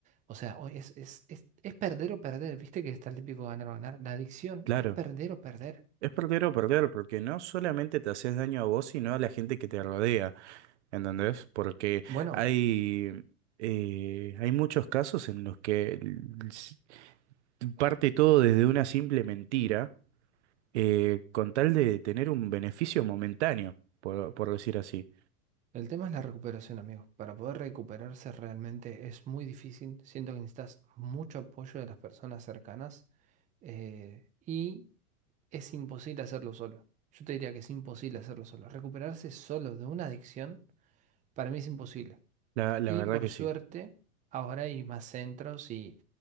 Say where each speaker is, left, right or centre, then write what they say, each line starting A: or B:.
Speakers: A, on the right; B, on the right.
A: O sea, o- es, es, es, es perder o perder, viste que está el típico ganar o ganar. La adicción
B: claro.
A: es perder o perder.
B: Es perder o perder, porque no solamente te haces daño a vos, sino a la gente que te rodea. ¿Entendés? Porque
A: Bueno.
B: hay, eh, hay muchos casos en los que l- s- parte todo desde una simple mentira, eh, con tal de tener un beneficio momentáneo, por, por decir así.
A: El tema es la recuperación, amigo. Para poder recuperarse realmente es muy difícil. Siento que necesitas mucho apoyo de las personas cercanas eh, y es imposible hacerlo solo. Yo te diría que es imposible hacerlo solo. Recuperarse solo de una adicción, para mí es imposible.
B: La, la
A: Y
B: verdad
A: por
B: que
A: suerte,
B: sí.
A: ahora hay más centros y